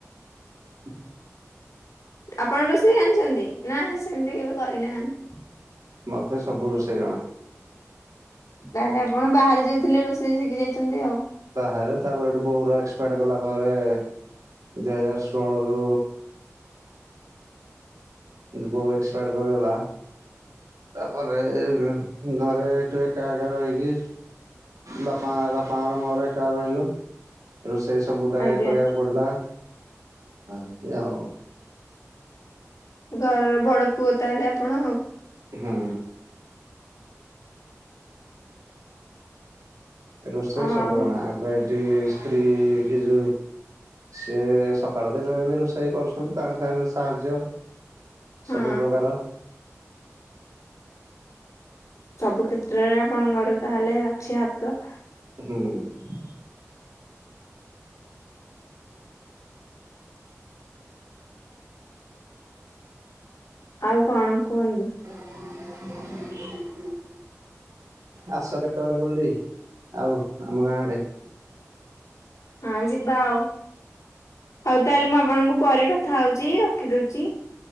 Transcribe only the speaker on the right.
<unintelligible>
ମତେ ସବୁ ରୋଷେଇ ଜଣା।
ବାହାରେ ତାପରେ ଏଠୂ ବୋଉର ଏକ୍ସପାର୍ଟ ଗଲା ପରେ। ଦୁଇ ହଜାର ଷୋହଳରୁ ଯୋ ବୋଉ ଏକ୍ସପାୟର କରିଗଲା। ତାପରେ ଘରେ ଏଠୂ ଏକା ଏକା ରହିଲି ବାପା ବାପାଙ୍କର ମୋର ଏକା ରହିଲୁ। ରୋଷେଇ ସବୁ ଟା
ଇଏ କରିବାକୁ ପଡିଲା ଏମତି ଆଉ।
ହୁଁ ରୋଷେଇ
ସବୁ ଜଣା ଏବେ ଏଠି ସ୍ତ୍ରୀ କି ଯୋଉ ସେି ସକାଳୁ କେତେବେଳେ ଏମିତି ରୋଷେଇ କରୁଛନ୍ତି ତାଙ୍କ ସାରେ ସାହାଯ୍ୟ ସବୁ
ପ୍ରକାର
ହୁଁ
<unintelligible> ଆସ କେତେବେଳେ ବୁଲି ଆଉ ଆମ ଗାଁ ଆଡେ।